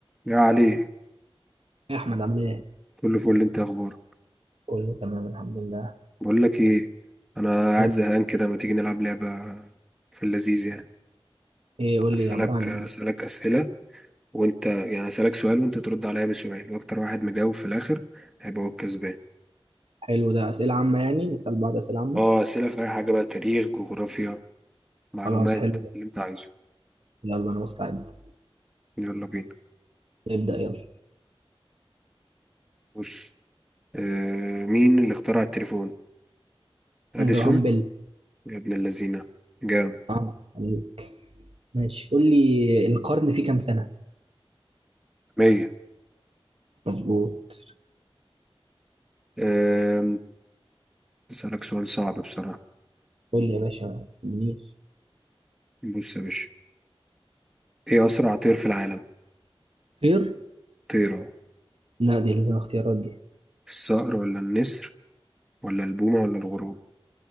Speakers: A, in the centre; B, on the right.
A: يا علي
B: إيه يا احمد عامل ايه
A: كله فل انت إيه اخبارك
B: كله تمام الحمد لله
A: بقول لك ايه انا قاعد
B: قول
A: زهقان
B: لي
A: كده ما تيجي نلعب لعبه في اللذيذ يعني
B: ايه قول
A: اسالك
B: لي عباره عن ايه
A: اسئله وانت يعني اسالك سؤال وانت ترد عليا بسؤال واكتر واحد مجاوب في الاخر هيبقى هو الكسبان
B: حلو ده اسئله عامه يعني نسال بعض اسئله عامه
A: اه اسئله في اي حاجه بقى تاريخ جغرافيا معلومات
B: خلاص حلو ده
A: اللي انت عارفه.
B: يلا انا مستعد
A: يلا بينا
B: نبدا يلا
A: بص آه مين اللي اخترع التليفون اديسون
B: جراهام بيل
A: يا ابن اللذينه جامد
B: اه عليك ماشي قول لي القرن فيه كام سنه
A: مية
B: مظبوط
A: آه اسالك سؤال صعب بصراحه
B: قول لي يا باشا منير
A: بص يا باشا ايه اسرع طير في العالم
B: طير
A: طيره
B: لا دي لازم اختيارات دي
A: الصقر ولا النسر ولا البومة ولا الغراب